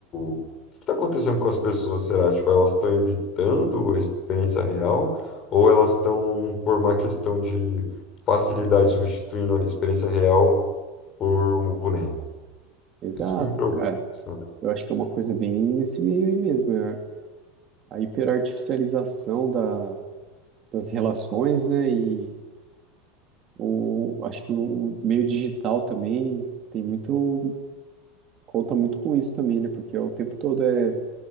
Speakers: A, on the left; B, on the right.
A: o que está acontecendo com as pessoas? Será? Tipo, elas estão evitando a experiência real ou elas estão, por uma questão de facilidade, substituindo a experiência real por um boneco?
B: exato,
A: Isso que me preocupa.
B: cara.
A: sabe?
B: Eu acho que é uma coisa bem nesse meio aí mesmo, é a hiperartificialização da, das relações, né? e O, acho que o meio digital também tem muito, conta muito com isso também, né? Porque o tempo todo é